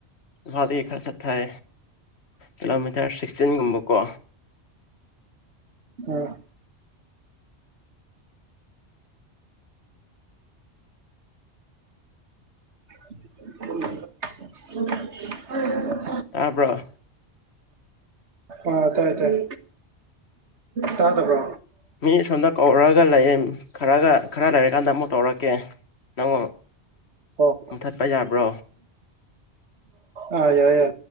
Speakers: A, on the left; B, on the right.
A: ꯐꯥꯎꯒꯤ ꯈꯔ ꯆꯠ ꯊꯥꯏ ꯀꯤꯂꯣꯃꯤꯇꯔ ꯁꯤ ꯆꯆꯤꯟꯒꯨꯝꯕꯀꯣ
B: ꯎꯝ <inaudible>
A: ꯇꯥꯕꯔꯣ
B: ꯑ ꯇꯥꯏ ꯇꯥꯏ ꯇꯥꯗꯄ꯭ꯔꯣ
A: ꯃꯤ ꯁꯣꯝꯗ ꯀꯧꯔꯒ ꯂꯩꯌꯦ ꯈꯔꯒ ꯈꯔ ꯂꯩꯔꯀꯥꯟꯗ ꯑꯃꯨꯛ ꯇꯧꯔꯛꯀꯦ ꯅꯪ
B: ꯑꯣ
A: ꯃꯨꯊꯠꯄ ꯌꯥꯕ꯭ꯔꯣ
B: ꯑ ꯌꯥꯏ ꯌꯥ